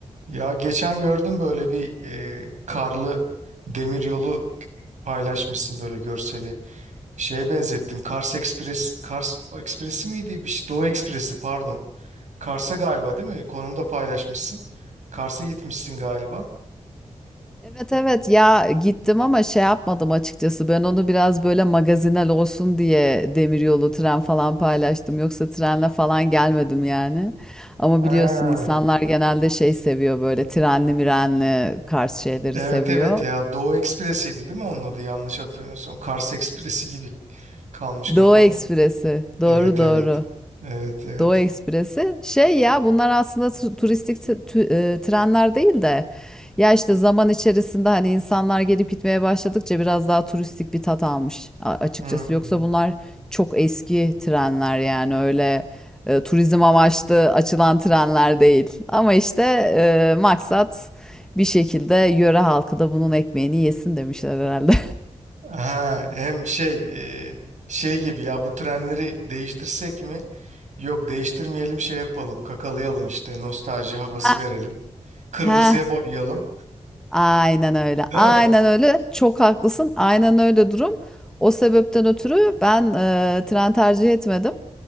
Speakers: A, on the right; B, in the centre.
A: Ya geçen gördüm böyle bir e, karlı demir yolu paylaşmışsın böyle görseli. Şeye benzettim. Kars Express, Kars Express'i miydi? Bir şey, Doğu Ekspresi pardon. Kars'a galiba değil mi? Konumda paylaşmışsın. Kars'a gitmişsin galiba.
B: Evet evet ya gittim ama şey yapmadım açıkçası ben onu biraz böyle magazinel olsun diye demiryolu tren falan paylaştım yoksa trenle falan gelmedim yani ama
A: Ha,
B: biliyorsun insanlar genelde şey seviyor böyle trenli mirenli Kars şeyleri
A: Evet
B: seviyor
A: evet ya Doğu Ekspresi'ydi değil mi onun adı yanlış hatırlamıyorsam Kars Ekspresi gibi kalmış kafamda.
B: Doğu Ekspresi doğru
A: Evet
B: doğru
A: evet evet evet.
B: Doğu Ekspresi. Şey ya bunlar aslında tu- turistik t- tü- e, trenler değil de ya işte zaman içerisinde hani insanlar gelip gitmeye başladıkça biraz daha turistik bir tat almış a- açıkçası.
A: Hmm.
B: Yoksa bunlar çok eski trenler yani öyle e, turizm amaçlı açılan trenler değil. Ama işte e, maksat bir şekilde yöre halkı da bunun ekmeğini yesin demişler herhalde.
A: Ha, hem şey e, şey gibi ya bu trenleri değiştirsek mi? Yok değiştirmeyelim şey yapalım kakalayalım işte nostalji havası
B: <laughs>
A: verelim. Kırmızıya
B: Heh,
A: boyayalım
B: Aynen öyle.
A: değil
B: Aynen
A: mi?
B: öyle. Çok haklısın. Aynen öyle durum. O sebepten ötürü ben e, tren tercih etmedim.